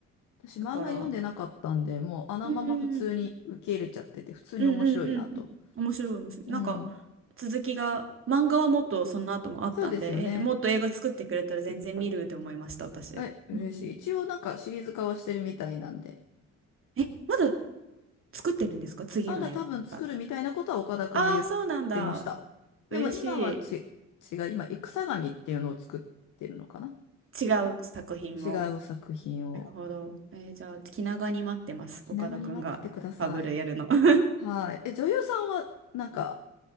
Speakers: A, on the left (about 80°); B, on the right (about 45°).
A: 私漫画読んでなかったんで、
B: だから
A: もうあのまま普通に受け入れちゃってて、
B: うんうん
A: 普通に面白いなと。
B: うんうんうんうん。面白い面白い。
A: うん。
B: なんか続きが、漫画はもっとその後もあったんで、
A: そうですよね。
B: え、もっと映画作ってくれたら全然見るって思いました、私。
A: え、嬉しい。
B: うん。
A: 一応なんかシリーズ化はしてるみたいなんで。
B: え、まだ作ってるんですか次の映画。
A: あんた多分作るみたいなことは岡田くんは言ってました。
B: ああー、そうなんだ。
A: でも今はち、
B: 嬉し
A: 違う、今、戦神っていうのを作ってるのかな
B: い。違う作品を。
A: 違う作品を。
B: なるほど。えーじゃあ、気長に待ってます、
A: 気長に待っててください。
B: 岡田くんがファブルやるの。<laughs>
A: はい。え、女優さんはなんか